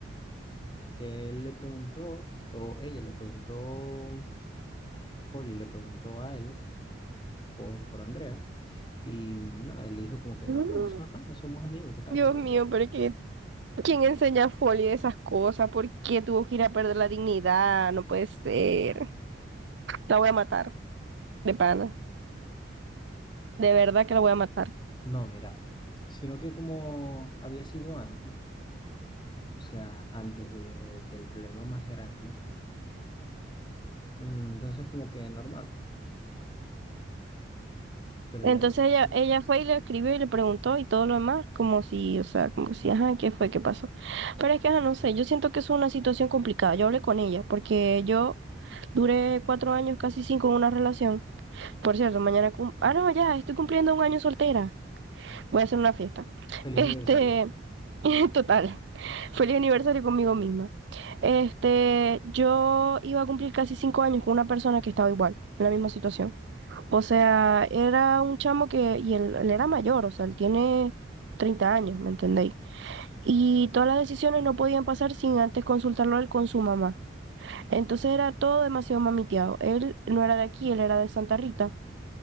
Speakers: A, on the left; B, on the right.
A: que él le preguntó, o ella le preguntó, Folly le preguntó a él por, por Andrea, y mm, nada, él le dijo como que
B: Mm.
A: no, no, so- nada, somos amigos, qué tal,
B: Dios
A: que lo
B: mío,
A: otro.
B: pero es que ¿Quién enseña folio de esas cosas? ¿Por qué tuvo que ir a perder la dignidad? No puede ser. La voy a matar, de pana. De verdad que la voy a matar.
A: No, mira, sino que como había sido antes, o sea, antes de, del problema más grande. Mm, Entonces, como que normal, pues. Pero
B: Entonces
A: ya después
B: ella,
A: sí.
B: ella fue y le escribió y le preguntó y todo lo demás, como si, o sea, como si, ajá, ¿qué fue? ¿Qué pasó? Pero es que, ajá, no sé, yo siento que es una situación complicada. Yo hablé con ella porque yo duré cuatro años, casi cinco, en una relación. Por cierto, mañana, cum- ah, no, ya, estoy cumpliendo un año soltera. Voy a hacer una fiesta.
A: Feliz
B: Este,
A: aniversario.
B: <laughs> total, feliz aniversario conmigo misma. Este, yo iba a cumplir casi cinco años con una persona que estaba igual, en la misma situación. O sea, era un chamo que, y él, él era mayor, o sea, él tiene 30 años, ¿me entendéis? Y todas las decisiones no podían pasar sin antes consultarlo él con su mamá. Entonces era todo demasiado mamiteado. Él no era de aquí, él era de Santa Rita